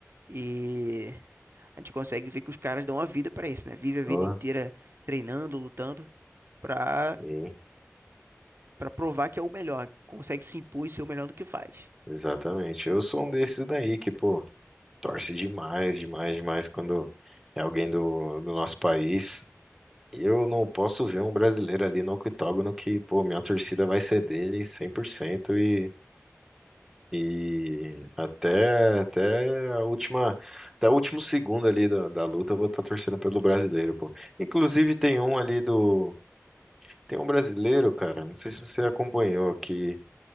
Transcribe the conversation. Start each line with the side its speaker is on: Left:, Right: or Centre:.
Right: E a gente consegue ver que os caras dão a vida pra isso, né? Vive a
Centre: Oh,
Right: vida inteira treinando, lutando pra,
Centre: sim,
Right: pra provar que é o melhor, consegue se impor e ser o melhor do que faz.
Centre: exatamente. Eu sou um desses daí que, pô, torce demais, demais, demais quando é alguém do, do nosso país. Eu não posso ver um brasileiro ali no octógono que, pô, minha torcida vai ser dele 100% e, e até, até a última, até o último segundo ali da, da luta eu vou estar torcendo pelo brasileiro, pô. Inclusive tem um ali do, tem um brasileiro, cara, não sei se você acompanhou, que